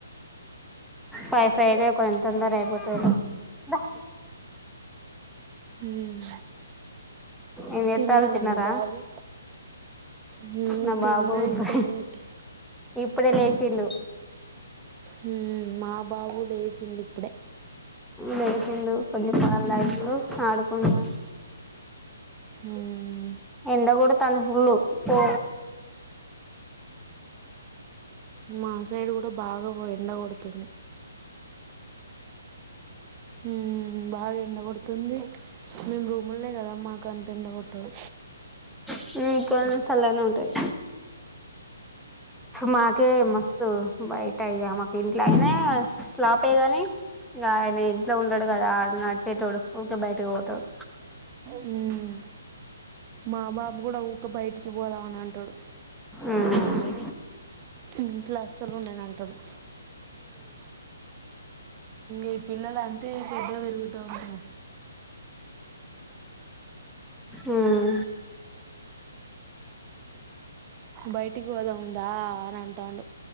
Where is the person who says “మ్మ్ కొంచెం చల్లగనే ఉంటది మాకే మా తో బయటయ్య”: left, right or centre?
Centre